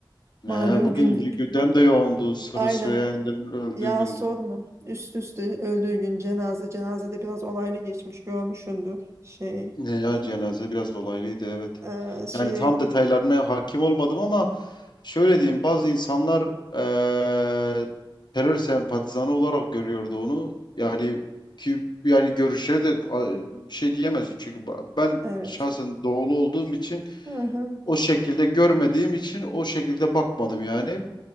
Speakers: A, on the left; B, on the right.
A: He,
B: Malum
A: bugün
B: günlük.
A: gü- gündem de yoğundu Sırrı
B: Aynen.
A: Süreyya Önder'in öldüğü
B: Ya
A: gün
B: sorma. Üst üste öldüğü gün cenaze. Cenazede biraz olaylı geçmiş görmüşsündür. Şey
A: ne ya
B: ne?
A: cenaze biraz olaylıydı evet.
B: Ee, şeye
A: Yani tam detaylarına hakim olmadım ama şöyle diyeyim bazı insanlar eee, terör sempatizanı olarak görüyordu onu. Yani ki yani görüşleri de a, bir şey diyemezsin çünkü ba- ben
B: evet.
A: şahsen doğulu olduğum için
B: Hı hı.
A: o şekilde görmediğim için o şekilde bakmadım yani.